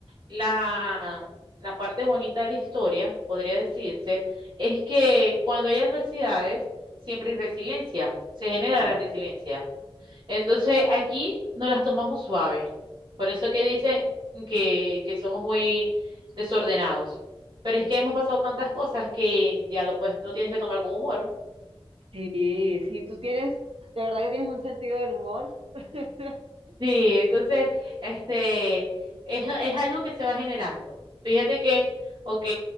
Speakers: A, on the right; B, on the right.
A: la, la parte bonita de la historia, podría decirse, es que cuando hay adversidades, siempre hay resiliencia, se genera
B: Sí.
A: la resiliencia. Entonces aquí no las tomamos suaves. Por eso que dicen que, que somos muy desordenados. Pero es que hemos pasado tantas cosas que ya lo, puedes, lo tienes que tomar con humor.
B: Sí, sí, tú tienes, de verdad que tienes un sentido del humor. <laughs>
A: Sí, entonces, este, es, es algo que se va generando. Fíjate que, ok,